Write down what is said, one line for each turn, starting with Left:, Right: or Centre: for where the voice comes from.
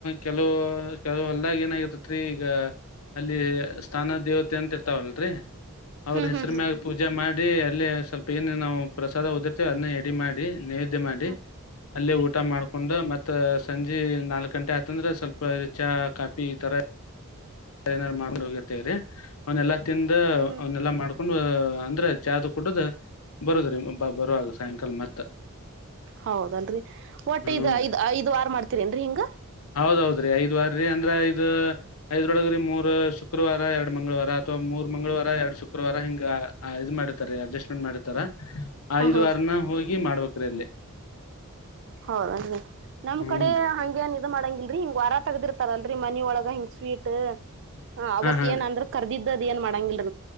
Left: ಕೆಲವು ಕೆಲ ಹೊಲ್ದಾಗ ಏನಾಗಿರ್ತತ್ ರೀ ಈಗ. ಅಲ್ಲಿ ಸ್ಥಾನ ದೇವತೆ ಅಂತ ಇರ್ತಾವಲ್ರರಿ ಅವ್ರ
Right: ಹ್ಮ್
Left: ಹೆಸ್ರ
Right: ಹ್ಮ್ ಹ್ಮ್
Left: ಮ್ಯಾಗ ಪೂಜೆ ಮಾಡಿ. ಅಲ್ಲಿ ಸ್ವಲ್ಪ ಏನ್ ನಾವು ಪ್ರಸಾದ ದರ್ತೇವೆ ಅದನ್ನ ಎಡಿ ಮಾಡಿ ನೆ ದೆಮಾಡಿ
Right: ಹ್ಮ್ ಹ್ಮ್
Left: ಅಲ್ಲೇ ಊಟ ಮಾಡ್ಕೊಂಡು ಮತ್ ಮತ್ತ ಸಂಜಿ ನಾಲ್ಕ ಗಂಟೆ ಆಯ್ತಂದ್ರೆ ಸ್ವಲ್ಪ ಚಹಾ ಕಾಫಿ ಈ ತರ. ಏನಾರ ಮಾಡ್ಕೊಂಡ್ ಹೋಗಿತೆವ್ರಿ ಅವ್ನೆಲ್ಲಾ ತಿಂದು
Right: ಹ್ಮ್ ಹ್ಮ್
Left: ಅವ್ನ್ನಲ್ಲಾ ಮಾಡ್ ಅಂದ್ರೆ ಚಾದು ಕುಡುದ್ ಬರುದ್ರಿ ಬರುವಾಗ ಸಾಯಂಕಾಲ ಮತ್.
Right: ಹೌದಲ್ರಿ ಒಟ್ಟ
Left: ಹ್ಮನ್ರಿ
Right: ಇದ್ ಇದ್ ಐದ್ ವಾರ ಮಾಡ್ತೀರೆನ್ರಿ ಹಿಂಗ.
Left: ಹೌದೌದ್ರೀ ಐದ್ ವಾರೀ ಅಂದ್ರೆ ಇದ ಐದ್ರೊಳಗ್ರೀ ಮೂರ ಶುಕ್ ವಾರ ಎರ್ಡು ಮಂಗಳವಾರ ಅಥವಾ ಮೂರು ಮಂಗಳವಾರ ಎರ್ಡ್ ಶುಕ್ ರುವಾರ ಹಿಂಗ ಇದು ಮಾಡ್ತಾರೆ ಅಡ್ಜಸ್ಟ್ಮೆಂಟ್ ಮಾಡ್ತಾರ.
Right: ಹಾ
Left: ಐದ್ವಾರನ
Right: ಹಾ
Left: ಹೋಗಿ ಮಾಡ್ಬೇಕ್ರಿ ಅಲ್ಲಿ.
Right: ಹೌದಲ್ರಿ ನಮ್
Left: ಹೂನ್
Right: ಕಡೆ
Left: ರೀ
Right: ಹಂಗೆನ್ ಇದ್ ಮಾಡಂಗಿಲ್ ರಿ ಹಿಂಗ್ ವಾರ ತಗ್ದಿರ್ತಾರಲ್ರಿ ಮನೊಳಗ ಹಿಂಗ್ ಸ್ವೀಟ್ ಅವ್ತ್
Left: ಹಾ ಹಾ
Right: ಏನ್
Left: ರೀ
Right: ಅಂದ್ರ ಕರ್ದಿದ್. ದ್ ಅದ್ಯೆನ್ ಮಡಂಗಿಲ್ರಿ.